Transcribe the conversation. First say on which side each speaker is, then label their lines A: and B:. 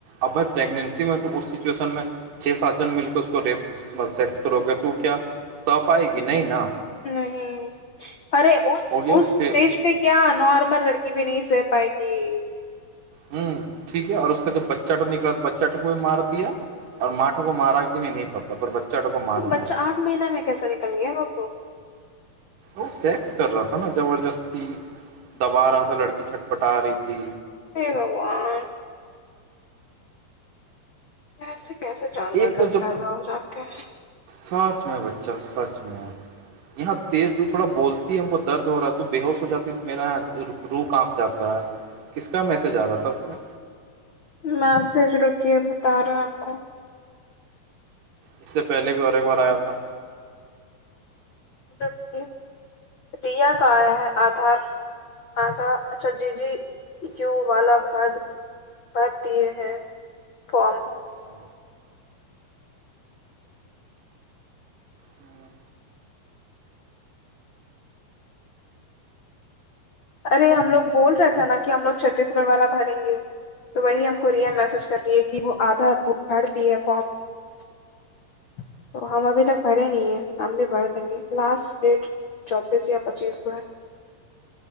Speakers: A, on the right; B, on the left.
A: अब भइ प्रेगनेंसीमे उस सिचुएशनमे छे सात जन मिलकेऽ उसको रेप सेक्स करोगे तू क्या सफाइ की नहि न
B: नही अरे उ
A: हो गया
B: उस
A: फिर
B: स्टेज पे क्य नॉर्मल लड़की भी नही सह पाएगी
A: हुँ ठीक है उसका जब बच्चा तो निकला तो बच्चा को कोई मार दिया आ माठो को मारा कि नहि पड़ता पर बच्चा तो को मार
B: त बच्चा
A: दिया
B: आठ महीना में कैसा निकल गया बप्पु
A: ओ सेक्स कर रहा था न जबरदस्ती दबा रहाथा लड़की छटपटा रही थी
B: हे भगवान कैसे कैसे जानवर
A: एक तो
B: लोग
A: जब
B: पैदा हो जाते है
A: सच मैं बच्चा सच मैं यहाँ तेर तू थोड़ा बोलती है हमको दर्द हो रह ह तू बेहोश हो जाती तू मेरा याथ रू काँप जाता है किसका मैसेज आ रहा तबसे
B: मैसेज रुके बता रहे आपको
A: इससे पहिले भी और एक बार आया था
B: रुकये रिया क आया है आधार आधा अच्छा जी जी यू वाला कार्ड भर दिए हैं फॉर्म
A: ओ, हम्म,
B: अरे हमलोग बोल रहेथे न कि हमलोग छ्तीसगढ़ वाला भरेंगे तो वही हमको
A: हम्म,
B: रिया मैसेज कर रहि कि वो आधा भड़दी है फॉर्म तो हम अभी तक भरे नी है हम भी भर देंगे लास्ट देट चौबीस या पच्चीस को है